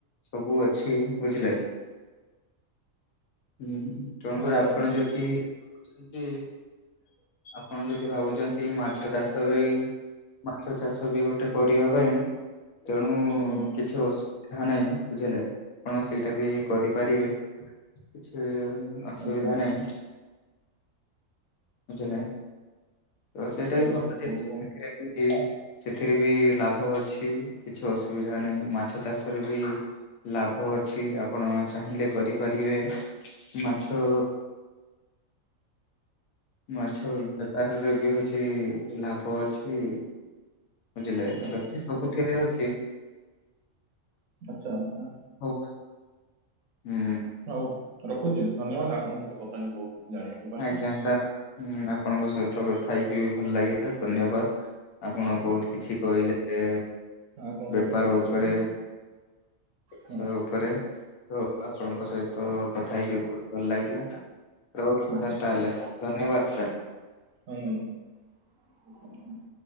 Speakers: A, on the left (about 90°); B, on the right (about 80°).
A: ସବୁ ଅଛି, ବୁଝିଲେ? ହୁଁ, ତେଣୁକରି
B: ହଁ
A: ଆପଣ
B: ହଁ
A: ଯଦି ଯଦି ଆପଣ ଯଦି ଭାବୁଛନ୍ତି ମାଛ ଚାଷରେ ମାଛ ଚାଷ ବି ଗୋଟେ କରିବା ପାଇଁ ତେଣୁ
B: ଆଜ୍ଞା।
A: କିଛି ଅସୁବିଧା ନାହିଁ, ବୁଝିଲେ ଆପଣ ସେଇଟା ବି କରିପାରିବେ। କିଛି ଅସୁବିଧା
B: ଆଚ୍ଛା
A: ନାହିଁ, ବୁଝିଲେ? ତ
B: ତାହେଲେ
A: ସେଇଟା
B: କରିବାକୁ
A: ବି ଭଲ ଜିନଷ
B: ପଡିବ
A: ପାଖରେ ସେଥିରେ ବି ଲାଭ ଅଛି କିଛି ଅସୁବିଧା ନାହିଁ ମାଛ ଚାଷରେ ବି ଲାଭ ଅଛି ଆପଣ ଚାହିଁଲେ କରିପାରିବେ ମାଛ ମାଛ ବେପାରରେ ବି ହଉଛି ଲାଭ ଅଛି। ବୁଝିଲେ
B: ହଁ
A: କ୍ଷତି
B: ଠିକ୍
A: ସବୁଥିରେ ଅଛି।
B: ଆଚ୍ଛା ଆଚ୍ଛା।
A: ହଉ। ହୁଁ।
B: ହଉ ରଖୁଛି, ଧନ୍ୟବାଦ, ଆପଣଙ୍କ ସହିତ କଥା ହେଇକି ବହୁତ କିଛି ଜାଣିବାକୁ ପାଇଲି।
A: ଆଜ୍ଞା ସାର୍ ଆପଣଙ୍କ ସହିତ କଥା ହେଇକି ବି ଭଲ ଲାଗିଲା ଧନ୍ୟବାଦ। ଆପଣ
B: ହଁ
A: ବହୁତ କିଛି କହିଲେ ଯେ
B: ଆଉ କଣ
A: ବେପାର
B: ଏବେ ପଛେ
A: ଉପରେ।
B: କହିଲା
A: ବିଷୟ
B: ହଁ।
A: ଉପରେ ତ ଆପଣଙ୍କ ସହିତ କଥା ହେଇକି ବହୁତ ଭଲ ଲାଗିଲା। ରହୁଛି
B: ହଁ
A: ସାର୍ ତାହେଲେ ଧନ୍ୟବାଦ ସାର୍।
B: ଆଜ୍ଞା।